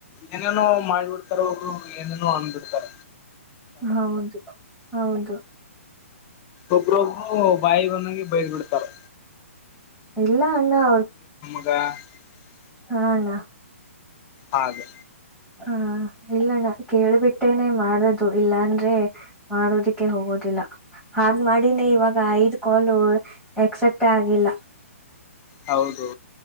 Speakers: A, on the left; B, in the centre.
A: ಏನೇನೋ ಮಾಡ್ಬಿಡ್ತಾರ ಒಬ್ರೊ ಏನೇನೋ ಅನ್ಬಿಡ್ತಾರ
B: ಹೌದು ಹೌದು
A: ಒಬ್ರೊಬ್ರು ಬಾಯಿ ಬಂದಾಗಾಗಿ ಬಯದ್ಬಿಡ್ತುರ್
B: ಇಲ್ಲ ಅಣ್ಣ ಅವರು
A: ವ <inaudible>
B: ಹಾ ಅಣ್ಣ
A: ಹಾಗೆ
B: ಹಾ ಇಲ್ಲಣ್ಣ ಕೇಳ್ಬಿಟ್ಟೇನೆ ಮಾಡದು ಇಲ್ಲಾಂದ್ರೆ ಮಾಡೋದಿಕ್ಕೆ ಹೋಗೋದಿಲ್ಲ ಹಾಗ ಮಾಡಿನೇ ಇವಾಗ ಐದ್ ಕಾಲು ಎಕ್ಸೆಪ್ಟ್ ಆಗಿಲ್ಲ
A: ಹೌದು